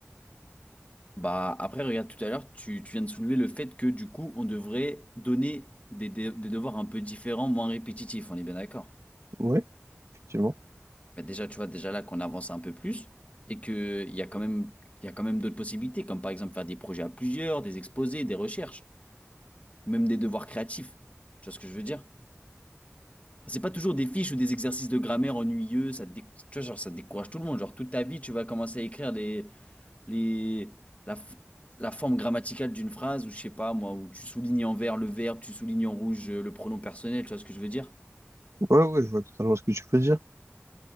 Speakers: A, on the left; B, on the right.
A: Bah après, regarde, tout à l'heure, tu, tu viens de soulever le fait que du coup, on devrait donner des, des- des devoirs un peu différents, moins répétitifs, on est bien d'accord.
B: Oui, effectivement.
A: Mais déjà, tu vois, déjà là qu'on avance un peu plus et qu'il y a quand même, il y a quand même d'autres possibilités, comme par exemple faire des projets à plusieurs, des exposés, des recherches, même des devoirs créatifs. Tu vois ce que je veux dire? Enfin, c'est pas toujours des fiches ou des exercices de grammaire ennuyeux, ça te, dé- tu vois, genre, ça décourage tout le monde. Genre, toute ta vie, tu vas commencer à écrire les, les, la, f- la forme grammaticale d'une phrase, ou je sais pas moi, où tu soulignes en vert le verbe, tu soulignes en rouge euh, le pronom personnel, tu vois ce que je veux dire?
B: Ouais, ouais, je vois totalement ce que tu veux dire.